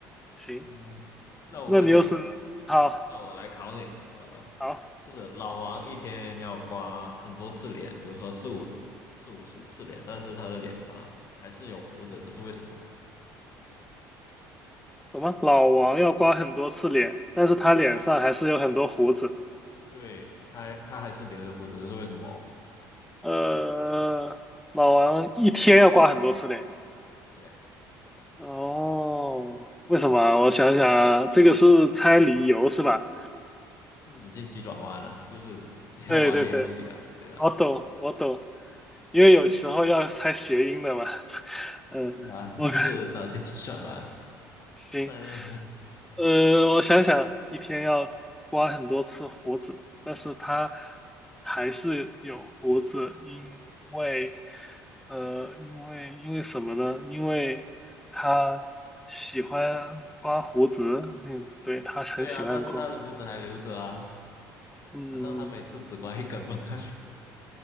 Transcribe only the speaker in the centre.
行，
那你又是好
好
什么？老王要刮很多次脸，但是他脸上还是有很多胡子。
呃，老王一天要刮很多次脸。
哦，为什么啊我想想啊，这个是猜理由是吧？
对对对，
我懂我懂，因为有时候要猜谐音的嘛。<laughs> 嗯，
我看
行，
呃，我想想，一天要刮很多次胡子，但是他还是有胡子，因为呃，因为因为什么呢？因为他喜欢刮胡子，嗯，对，他很喜欢刮。
嗯，